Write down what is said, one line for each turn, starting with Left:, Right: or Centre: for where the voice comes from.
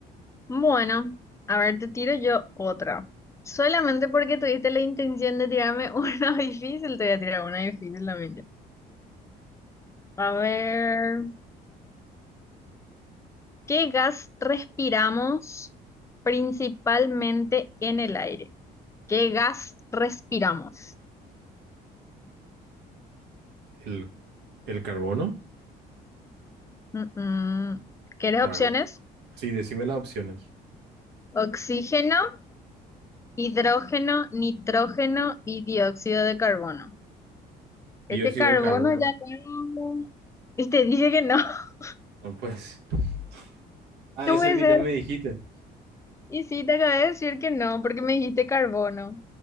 Left: Bueno, a ver, te tiro yo otra. Solamente porque tuviste la intención de tirarme <laughs> una difícil, te voy a tirar una difícil también yo. A ver. ¿Qué gas respiramos principalmente en el aire? ¿Qué gas respiramos?
Right: ¿El, el carbono?
Left: Mm, mm. ¿Quieres
Right: A
Left: opciones?
Right: ver, sí, decime las opciones.
Left: Oxígeno, hidrógeno, nitrógeno y dióxido de carbono.
Right: Dióxido
Left: Ese carbono
Right: de carbono.
Left: ya no... Y <laughs> te dije que no. <laughs>
Right: No, pues. <laughs> Ah,
Left: No
Right: es
Left: puede
Right: el que
Left: ser.
Right: ya me dijiste.
Left: Y sí, te acabé de decir que no, porque me dijiste carbono.